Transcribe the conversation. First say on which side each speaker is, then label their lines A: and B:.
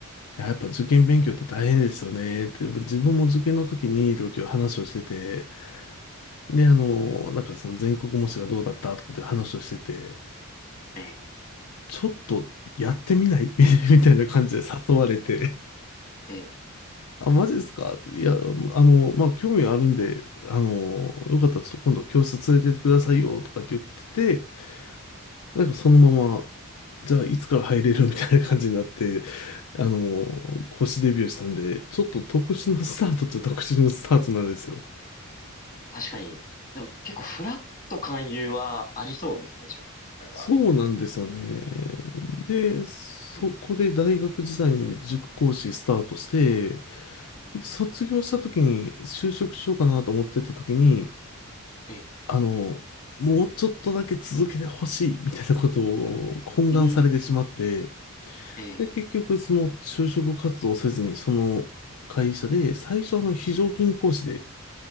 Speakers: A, on the left; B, on the left.
A: いや、やっぱ受験勉強って大変ですよね。って自分も受験の時にとかっていう話をしてて、で、あの、なんかその全国模試がどうだったとかっていう話をしてて、
B: ええ、
A: ちょっとやってみない <laughs> みたいな感じで誘われて、
B: ええ
A: あ、マジですかっていや、あの、まあ、興味はあるんで、あの、よかったらちょっと今度教室連れてってくださいよとかって言ってて、なんかそのままじゃあ、いつから入れるみたいな感じになって、あの、公式デビューしたんで、ちょっと特殊なスタートっちゃ特殊なスタートなんですよ。
B: 確かに。でも結構フラット勧誘はありそうですね、塾今回は。
A: そうなんですよね。で、そこで大学時代に塾講師スタートして、
B: ふええ、
A: 卒業した時に就職しようかなと思ってた時に、
B: ええ、
A: あの、もうちょっとだけ続けてほしいみたいなことを懇願されてしまって、
B: うーん、ええ、
A: で、結局、その就職活動をせずに、その会社で、最初、あの、非常勤講師で、